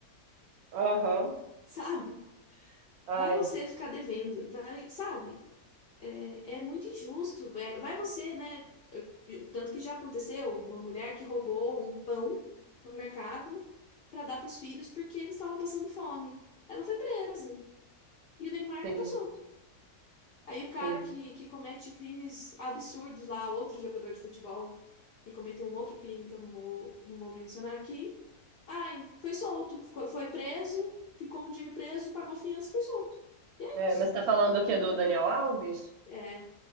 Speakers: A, on the right; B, on the left.
A: Aham,
B: sabe?
A: ai,
B: Vai você ficar devendo, vai, sabe? É, é muito injusto. É, vai você, né? Tanto que já aconteceu uma mulher que roubou um pão no mercado para dar para os filhos porque eles estavam passando fome. Ela foi presa e o Neymar
A: sim,
B: tá solto. Aí o cara
A: sim.
B: que, que comete crimes absurdos lá, outro jogador de futebol que cometeu um outro crime que eu não vou, não vou mencionar aqui, ai, foi solto, ficou- foi preso, ficou um dia preso, pagou fiança e foi solto. E é
A: É,
B: isso.
A: mas você tá falando do quê? Do Daniel Alves?
B: É,